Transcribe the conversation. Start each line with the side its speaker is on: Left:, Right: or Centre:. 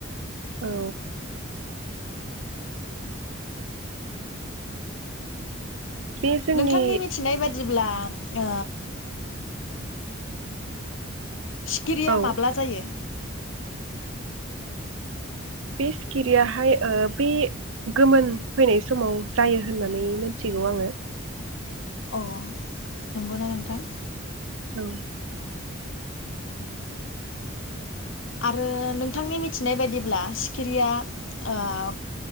Right: औ बे जोंनि
Left: नोंथांनि मिथिनाय बायदि जेब्ला ओ सिखिरिया
Right: औ
Left: माब्ला जायो <inaudible>
Right: बे सिखिरियाहाय ओ बे गोमोन फैनाय समाव जायो होननानै मिनथिगौ आङो
Left: अ नंगौना नोंथां
Right: औ
Left: आरो नोंथांनि मिथिनाय बायदिब्ला सिखिरिया ओ